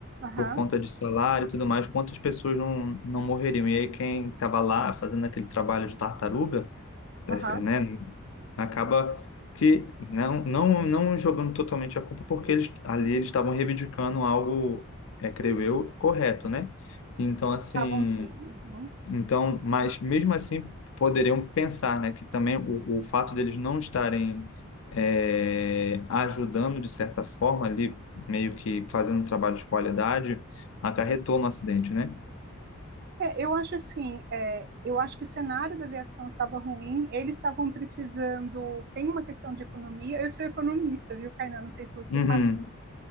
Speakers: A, on the right (about 45°); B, on the left (about 65°).
A: Aham,
B: por conta de salário e tudo mais, quantas pessoas não, não morreriam? E aí quem estava lá fazendo aquele trabalho de tartaruga, eh,
A: aham.
B: né, acaba que não, não, não jogando totalmente a culpa, porque eles ali eles estavam reivindicando algo, é, creio eu, correto, né? Então, assim,
A: Estavam sim. uhum.
B: então, mas mesmo assim poderiam pensar, né, que também o, o fato deles não estarem eh, ajudando de certa forma ali, meio que fazendo um trabalho de qualidade, acarretou no acidente, né?
A: É, eu acho assim, é, eu acho que o cenário da aviação estava ruim, eles estavam precisando. Tem uma questão de economia. Eu sou economista, viu, Kainan? Não sei se você
B: Uhum.
A: sabe